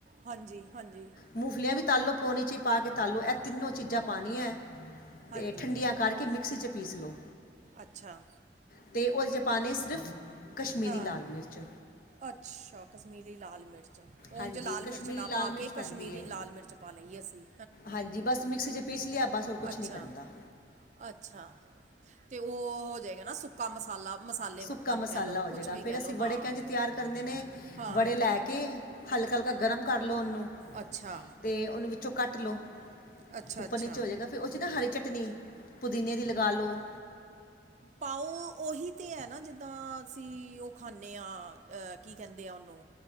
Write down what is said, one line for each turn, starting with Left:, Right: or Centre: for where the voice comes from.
Right: ਹਾਂਜੀ ਹਾਂਜੀ
Left: ਮੂੰਗਫਲੀਆਂ ਵੀ ਤਲ ਲੋ ਪੋਣੀ ਚ ਪਾ ਕੇ ਤਲੋ ਇਹ ਤਿੰਨੋਂ ਚੀਜ਼ਾਂ ਪਾਉਣੀਆਂ ਅਤੇ
Right: ਹਾਂਜੀ
Left: ਇਹ ਠੰਡੀਆਂ ਕਰਕੇ ਮਿਕਸੀ 'ਚ ਪੀਸ ਲਉ
Right: ਅੱਛਾ
Left: ਅਤੇ ਉਹਦੇ ਚ ਪਾਉਣੇ ਸਿਰਫ ਕਸ਼ਮੀਰੀ
Right: ਹਾਂ
Left: ਲਾਲ ਮਿਰਚ
Right: ਅੱਛਾ ਕਸ਼ਮੀਰੀ ਲਾਲ ਮਿਰਚ।
Left: ਹਾਂਜੀ
Right: ਉੰਝ ਲਾਲ
Left: ਕਸ਼ਮੀਰੀ
Right: ਮਿਰਚ ਨਾ
Left: ਲਾਲ
Right: ਪਾ
Left: ਮਿਰਚ
Right: ਕੇ
Left: ਪੈਂਦੀ
Right: ਕਸ਼ਮੀਰੀ
Left: ਹੈ
Right: ਲਾਲ ਮਿਰਚ ਪਾ ਲਈਏ ਅਸੀ।
Left: ਹਾਂਜੀ ਬਸ ਮਿਕਸੀ ਚ ਪੀਸ ਲਿਆ ਬਸ। ਹੋਰ ਕੁਝ
Right: ਅੱਛਾ,
Left: ਨਹੀਂ ਪੈਂਦਾ
Right: ਅੱਛਾ ਅਤੇ ਉਹ ਹੋ ਜਾਏਗਾ ਨਾ ਸੁੱਕਾ ਮਸਾਲਾ। ਮਸਾਲੇ
Left: ਸੁੱਕਾ
Right: ਵੱਕਣ
Left: ਮਸਾਲਾ
Right: ਕਹਿ ਲਓ
Left: ਹੋ
Right: ਕੁਛ
Left: ਜਾਏਗਾ
Right: ਵੀ ਕਹਿ
Left: ਫੇਰ
Right: ਲਓ
Left: ਅਸੀਂ ਵੜੇ
Right: ਹਾਂ
Left: ਕਹਿ ਕੇ ਤਿਆਰ ਕਰਨੇ ਨੇ
Right: ਹਾਂ
Left: ਵੜੇ ਲੈ ਕੇ ਹਲਕਾ, ਹਲਕਾ। ਗਰਮ ਕਰ ਲਓ ਉਹਨੂੰ।
Right: ਅੱਛਾ।
Left: ਅਤੇ ਉਹਨੂੰ ਵਿੱਚੋਂ ਕੱਟ ਲਉ
Right: ਅੱਛਾ
Left: ਉੱਪਰ
Right: ਅੱਛਾ
Left: ਨੀਚੇ ਹੋ ਜਾਵੇਗਾ। ਫਿਰ ਉਹ 'ਚ ਨਾ ਹਰੀ ਚਟਨੀ ਪੁਦੀਨੇ ਦੀ ਲਗਾ ਲਉ।
Right: ਪਾਓ ਉਹੀ। ਤੇ ਹੈ ਨਾ ਜਿੱਦਾਂ ਅਸੀਂ ਉਹ ਖਾਂਦੇ ਹਾਂ ਅਹ ਕੀ ਕਹਿੰਦੇ ਆ ਉਹਨੂੰ।